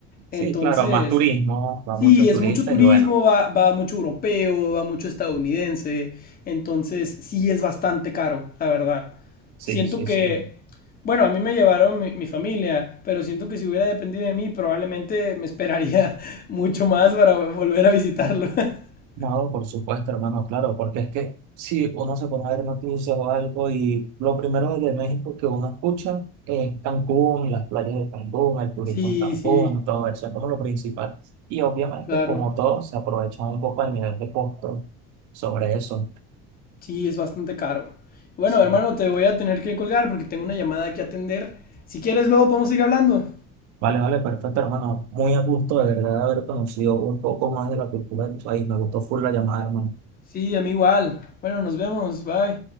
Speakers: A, on the right; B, on the left.
A: Sí,
B: Entonces,
A: claro, más turismo, va
B: Sí,
A: muchos
B: es
A: turistas
B: mucho turismo,
A: y bueno,
B: va, va mucho europeo, va mucho estadounidense, entonces sí es bastante caro, la verdad.
A: sí,
B: Siento
A: sí,
B: que,
A: sí.
B: bueno, a mí me llevaron mi, mi familia, pero siento que si hubiera dependido de mí, probablemente me esperaría <laughs> mucho más para volver a visitarlo. <laughs>
A: No, por supuesto, hermano, claro, porque es que si uno se pone a ver noticias o algo y lo primero de México que uno escucha es Cancún, las playas de Cancún, el turismo
B: Sí,
A: en Cancún,
B: sí,
A: todo eso es como lo principal. Y obviamente,
B: claro,
A: como todo, se aprovechan un poco el nivel de costo sobre eso.
B: sí es bastante caro. Bueno,
A: Sí.
B: hermano, te voy a tener que colgar porque tengo una llamada que atender. Si quieres, luego podemos ir hablando.
A: Vale, vale, perfecto, hermano. Muy a gusto, de verdad, de haber conocido un poco más de la cultura de tu país. Me gustó full la llamada, hermano.
B: Sí, a mí igual. Bueno, nos vemos, bye.